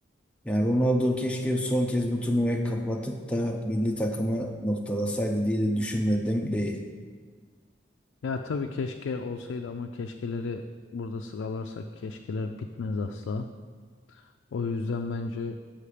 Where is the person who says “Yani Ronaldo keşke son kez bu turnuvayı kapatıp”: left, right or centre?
Centre